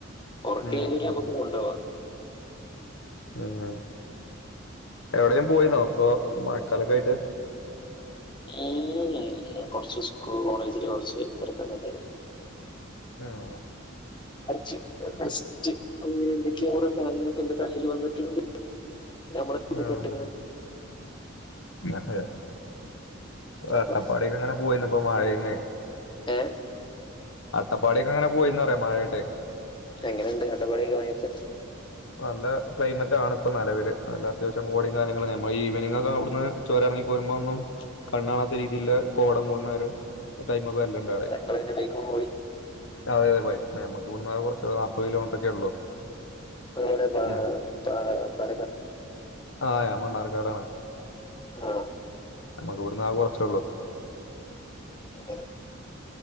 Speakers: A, on the left; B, on the left.
A: ഉറക്കതുവരെ
B: ഉം ഉം
A: നമുക്ക് കൊണ്ടോവാം
B: ഉം എവിടെയും പോയിന്നോ ഇപ്പൊ മഴക്കാലൊക്കെ ആയിട്ട്
A: ഉം, കുറച്ച് സ്കൂ കോളേജില് കുറച്ച് തിരക്കൊക്കെ ഉണ്ടായിട്ട്
B: അഹ്
A: കുറച്
B: <inaudible>
A: റ്റ് അങ്ങനെ എന്തൊക്ക അവരുടെ കാര്യങ്ങൾക്കെ എന്റെ തലൽ വന്നിട്ടുണ്ട് നമ്മളെ
B: ആഹ്
A: ഇത് കെട്ടിക്കണ
B: ആഹ് അതെ
A: അപ്പൊ
B: അട്ടപ്പാടി ക്കെ അങ്ങനെ പോയിന്നപ്പൊ മഴേന്നെ
A: ഏ
B: അട്ടപ്പാടിക്കെ അങ്ങനെ പോയിന്ന് പറയാ മഴായിട്ടെ
A: പ്പൊ എങ്ങനെണ്ട് അടപാടിയൊക്കെ മയത്ത്
B: നല്ല ക്ലൈമറ്റ് ആണ് ഇപ്പ നിലവില് നല്ല അത്യാവശ്യം കോടിയും കാര്യങ്ങളും മ്മൾ ഈവനിങ് ഒക്കെ ഇവിടന്ന് ചൊര ഇറങ്ങി പോരുമ്പൊ ഒന്നും കണ്ണു കണാത്ത രീതിൽ കോടം മൂടണ വരെ ഒരു ടൈമക്കെ വരല്ലണ്ട് അവിടെ
A: നിങ്ങൾ എങ്ങനെ ബൈക്കിമ്മേ പോയി
B: അതെതെ ബൈകിമ്മേ നമ്മക്ക് ഇവടന്ന് കുറച്ചൊള്ളൂ നാൽത് കിലോമീറ്ററൊക്കെ ഉള്ളൂ
A: നമ്മുടെ പാ
B: ഏ,
A: പാ പര
B: ആ ഞാൻ മണ്ണാർക്കാടാണ്
A: ആ
B: നമ്മുക്ക് ഇവിടന്ന് ആകെ കുറച്ചേ ള്ളൂ
A: അങ്ങനെ